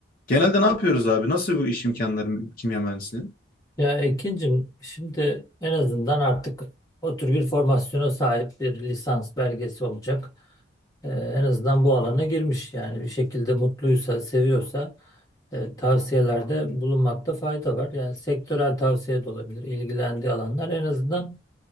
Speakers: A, on the left (about 45°); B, on the left (about 15°).
A: Genelde ne yapıyoruz abi? Nasıl bu iş imkanları kimya mühendisliği?
B: Ya Ekin'cim şimdi en azından artık o tür bir formasyona sahip bir lisans belgesi olacak. Ee, en azından bu alana girmiş yani bir şekilde mutluysa, seviyorsa e, tavsiyelerde bulunmakta fayda var. Yani sektörel tavsiye de olabilir, ilgilendiği alanlar en azından